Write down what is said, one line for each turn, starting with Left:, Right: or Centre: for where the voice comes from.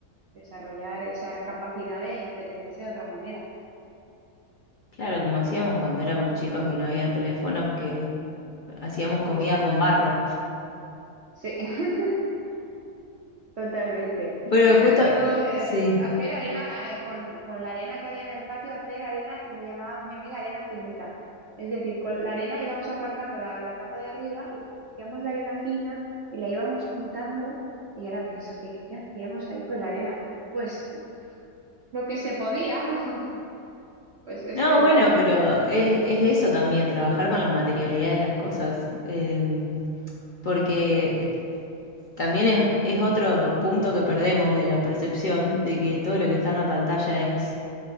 Right: desarrollar esa capacidad de entretenerse de otra manera.
Left: claro, como hacíamos cuando éramos chicos y no había teléfonos, que hacíamos comida
Right: Exacto.
Left: con barro.
Right: Sí. <laughs> Totalmente.
Left: Pero
Right: Yo
Left: justo,
Right: recuerdo eh,
Left: sí.
Right: hacer arena, eh, con, con la arena que había en el patio, hacer arena, le llamaba con mi amiga arena finita. Es decir, con la arena íbamos apartando la, la capa de arriba y cogíamos la arena fina y la íbamos juntando. Y ahora pienso, ¿qué, qué, qué hacíamos ahí con la arena? Pues lo que se podía, <laughs> pues esto
Left: No,
Right: igual.
Left: bueno, pero es, es eso también, trabajar con la materialidad de las cosas. Em, porque también es, es otro punto que perdemos de la percepción de que todo lo que está en la pantalla es,